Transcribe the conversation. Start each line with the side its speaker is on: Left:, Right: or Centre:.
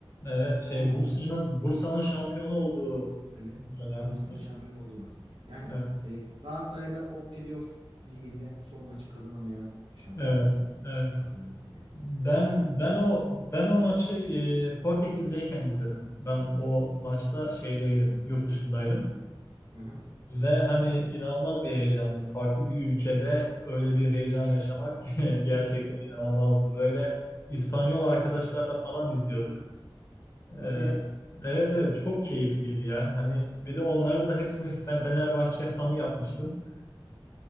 Left: Evet,
Right: son
Left: şey
Right: maçta.
Left: Bursa'nın Bursa'nın şampiyonu olduğu
Right: Evet.
Left: dönem.
Right: Bursa'nın şampiyon olduğu maç. Yani
Left: Evet.
Right: e, Galatasaray'la o playoff liginde son maçı kazanamayarak şampiyon
Left: Evet.
Right: oldun.
Left: evet.
Right: Şampiyonluk kaybetmiş.
Left: Ben
Right: Yani
Left: ben o ben o maçı e, Portekiz'deyken izledim. Ben o maçta şeydeydim, yurt dışındaydım.
Right: Hı hı.
Left: Ve hani inanılmaz bir heyecandı. Farklı bir ülkede öyle bir heyecan yaşamak <laughs> gerçekten inanılmazdı. Böyle İspanyol arkadaşlarla falan izliyorduk.
Right: Hadi
Left: Ee,
Right: ya.
Left: evet evet çok keyifliydi ya. Hani bir de onları da hepsini Fe- Fenerbahçe fanı yapmıştım.